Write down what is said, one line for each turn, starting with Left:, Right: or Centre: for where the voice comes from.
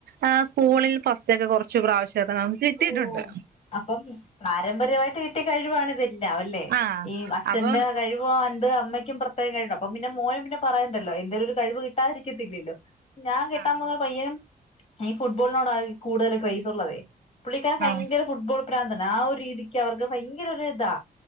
Right: എ സ്കൂളിൽ ഫസ് തൊക്കെ കൊർച്ച് പ്രാവശ്യോക്കെ നമുക്ക് കിട്ടിട്ടുണ്ട്
Left: ഓ അപ്പം പാരമ്പര്യമായിട്ട് കിട്ടിയ കഴിവാണ്ത് ല്ലാവല്ലേ
Right: ആഹ്
Left: ഈ അച്ഛന്റെ
Right: അപ്പം
Left: കഴിവൊണ്ട് അമ്മയ്ക്കും പ്ര <unintelligible> അപ്പം പിന്നെ മോന് പിന്നെ പറയണ്ടല്ലോ എന്തേലും ഒരു കഴിവ് കിട്ടാതിരിക്കത്തില്ലല്ലോ ഞാൻ കെട്ടാൻ
Right: ആഹ്
Left: പോകുന്ന പയ്യൻ ഈ ഫുട്ബോളിനോടാ കൂടുതൽ ക്രെസുള്ളതേ പുള്ളിക്കാരൻ ഭയങ്കര
Right: ആഹ്
Left: ഫുട്ബോൾ പ്രാന്തന ആ ഒരു രീതിക്ക് അവർക്ക് ഭയങ്കരൊര് താ